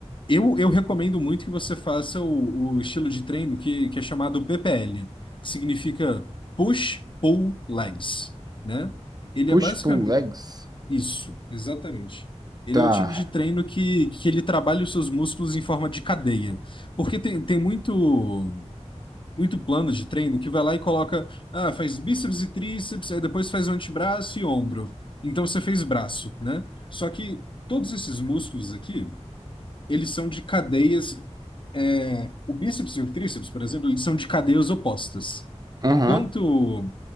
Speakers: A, on the left; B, on the right.
A: eu, eu recomendo muito que você faça o, o estilo de treino que, que é chamado PPL, que significa Push Pull Legs, né? Ele
B: Push-pull
A: é basicamente,
B: legs.
A: Isso, exatamente. Ele
B: Tá.
A: é o tipo de treino que, que ele trabalha os seus músculos em forma de cadeia. Porque tem, tem muito, muito plano de treino que vai lá e coloca, ah, faz bíceps e tríceps, aí depois faz o antebraço e ombro. Então você fez braço, né? Só que todos esses músculos aqui eles são de cadeias. é, o bíceps e o tríceps, por exemplo, eles são de cadeias opostas.
B: Aham.
A: Enquanto